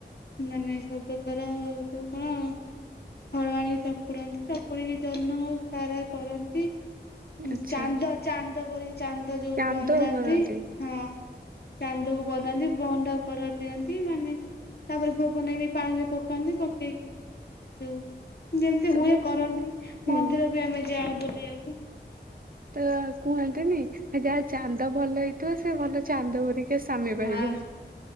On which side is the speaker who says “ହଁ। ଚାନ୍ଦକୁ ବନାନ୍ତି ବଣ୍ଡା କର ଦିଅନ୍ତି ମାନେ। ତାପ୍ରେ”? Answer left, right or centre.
Left